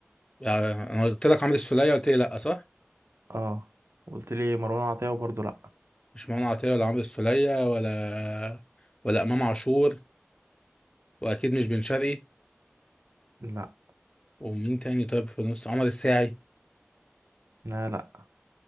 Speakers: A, on the left; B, on the right.
A: يعني انا قلت لك عمرو السولية قلت لي لا صح
B: اه قلت لي مروان عطية وبرضه لا
A: مش مروان عطية ولا عمرو السولية ولا ولا إمام عاشور وأكيد مش بن شرقي
B: لا
A: ومين تاني طيب في النص عمر الساعي
B: لا لا